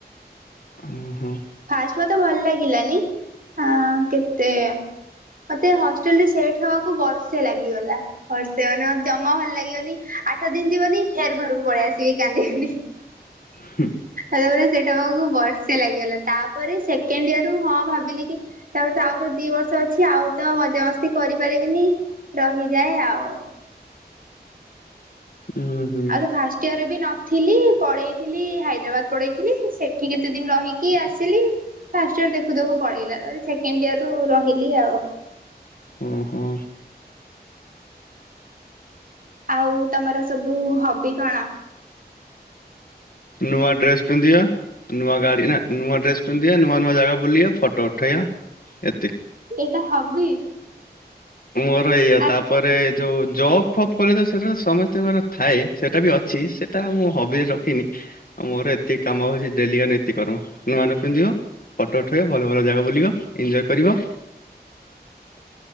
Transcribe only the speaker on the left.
ଉଁ ହୁଁ
ହୁ
ହୁଁ ହୁଁ
ଉ ହୁ
ନୂଆଡ୍ରେସ୍ ପିନ୍ଧିବା। ନୂଆ ଗାଡ଼ି ନା ନୂଆଡ୍ରେସ ପି ଟ ନୂଆ ନୂଆ ଜାଗା ବୁଲିବା ଫଟୋ ଉଠେଇବା ଏତିକି।
ମୋର ଏଇୟା
ତାପରେ ଯୋଉ ଜବ୍ ଫବ୍ କଲେ ତ ସେଟା ସମସ୍ତଙ୍କର ଥାଏ ସେଇଟା ବି ଅଛି ସେଇଟା ମୁଁ ହବିରେ ରଖିନି ଆ ମୋର ଏତକି କାମ ହଉଚି ଡେଲି କା ନିତି କର୍ମ ନୂଆ ନୂଆ ପିନ୍ଧିବ ଫଟୋ ଉଠେଇବ ଭଲ ଭଲ ଜାଗା ବୁଲିବ ଇଞ୍ଜୟ୍ କରିବ